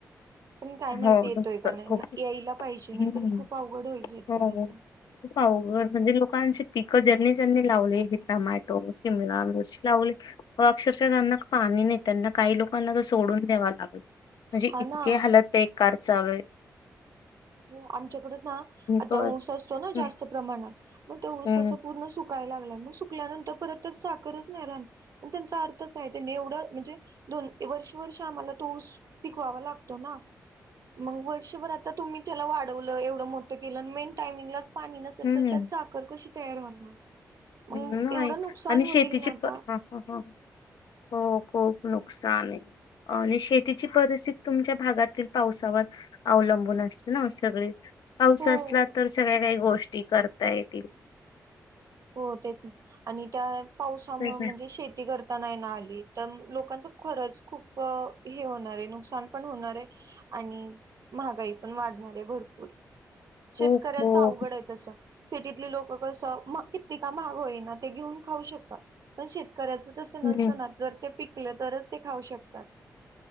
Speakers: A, on the right; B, on the left.
A: पण काय
B: हो
A: माहिती येतोय
B: लवकर
A: का नाही
B: खूप
A: यायला पाहिजे
B: हम्म.
A: नाही तर खूप
B: हो
A: अवघड होईल शेतकऱ्याचं.
B: खूपघर म्हणजे लोकांची पिकं ज्यांनी ज्यांनी लावले हे टमॅटो शिमला मिरची लावली व अक्षरशःना फान नाही त्यांना काही लोकांना सोडून द्यावा लागेल म्हणजे
A: हा
B: इतके
A: ना
B: हालत पे कार चावेल
A: हो आमच्याकड ना आता
B: क-
A: ऊस असतो ना
B: हम्म
A: जास्त प्रमाणात मग त्या ऊसाच
B: हम्म
A: पूर्ण सु सुकायला लागला मग सुकल्यानंतर परत तर साखरच नाही राहण पण त्यांचा अर्थ काय त्यांनी एवढं म्हणजे दोन वर्ष वर्ष आम्हाला तोऊस पिकवावा लागतो ना मग वर्षभर आता तुम्ही त्याला वाढवलं एवढं मोठ केलं मेन टायमिंगला पाणी नसेल
B: हम्म
A: तर त्यात साखर कशी तयार होणार
B: नाही
A: मग एवढं नुकसान
B: आणि
A: होईल
B: शेतीची
A: ना आता
B: हो खूप नुकसान आहे आणि शेतीची परिस्थिती तुमच्या भागातील पावसावर अवलंबून असते ना सगळे पाऊस
A: हो
B: असला तर सगळ्या काही गोष्टी करता येतील
A: हो तेच ना आणि त्या पावसामुळे
B: तेच ना
A: म्हणजे शेती करताना ना आली तर लोकांच खरंच खूप हे होणार आहे नुकसान पण होणार आहे आणि महागाई पण वाढणार आहे भरपूर शेतकऱ्याच
B: खूप खूप
A: अवघड आहे तस सिटीतले लोक कसं कितती का महाग होईना ते घेऊन खाऊ शकतात पण शे करायच तस
B: हम्म.
A: नसतना जर ते पिकल तरच ते खाऊ शकतात